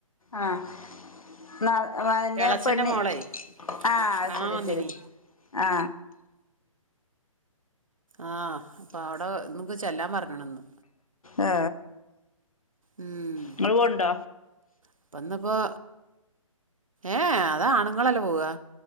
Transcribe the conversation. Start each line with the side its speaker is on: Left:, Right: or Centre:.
Left: ആ <unintelligible> അതിന്റെ
Right: എളച്ചന്റെ
Left: പെണ്ണ്
Right: മോളെ
Left: ആ
Right: കാണാൻ
Left: ശര്യാ
Right: വന്നിനി
Left: ശര്യാ ആ
Right: ആ അപ്പൊ അവിടെ ചെല്ലാൻ പറഞ്ഞേക്കണിന്ന്
Left: ആ
Right: ഉം
Left: ഇങ്ങള് പോണ്ടോ?
Right: അപ്പൊ ഇന്നിപ്പോ ഏ അതാണുങ്ങളല്ലേ പോവാ